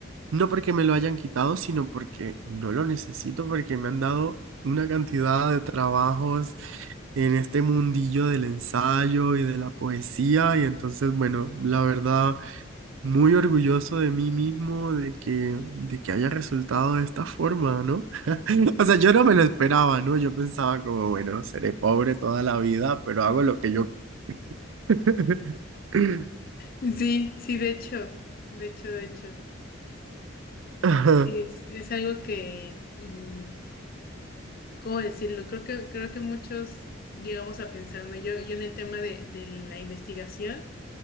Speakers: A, on the right; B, on the left.
A: no porque me lo hayan quitado, sino porque no lo necesito, porque me han dado una cantidad de trabajos en este mundillo del ensayo y de la poesía, y entonces, bueno, la verdad muy orgulloso de mí mismo de que, de que haya resultado de esta forma, ¿no? <laughs> O sea, yo no me lo esperaba, ¿no? Yo pensaba como, bueno, seré pobre toda la vida, pero hago lo que yo... <laughs>
B: sí, sí, de hecho, de hecho, de hecho.
A: Ajá.
B: Sí, es, es algo que, mm, ¿Cómo decirlo? Creo que, creo que muchos llegamos a pensar, ¿no? Yo, yo en el tema de, de la investigación